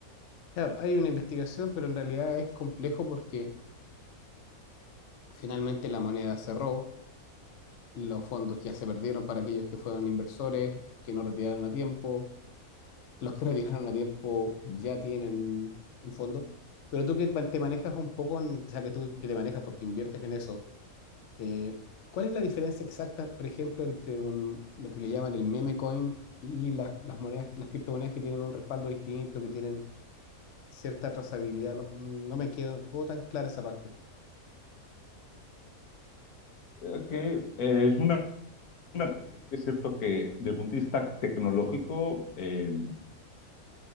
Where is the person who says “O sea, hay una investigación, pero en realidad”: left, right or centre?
Left